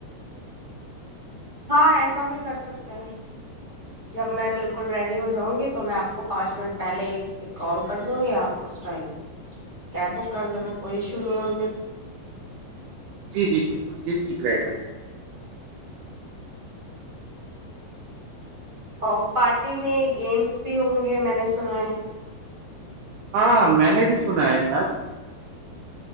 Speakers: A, on the right (about 15°); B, on the right (about 75°).
A: ہاں ایسا بھی کر سکتے ہیں جب میں بالکل ریڈی ہو جاؤں گی تو تو میں آپ کو پانچ منٹ پہلے ایک کال کر دوں گی آپ اس ٹائم کیب بک کر دینا کوئی ایشو نہیں ہے مجھے
B: جی جی بالکل یہ ٹھیک رہے گا
A: او پارٹی میں گیمس بھی ہوں گے میں نے سنا ہے
B: ہاں میں نے بھی سنا ہے یپ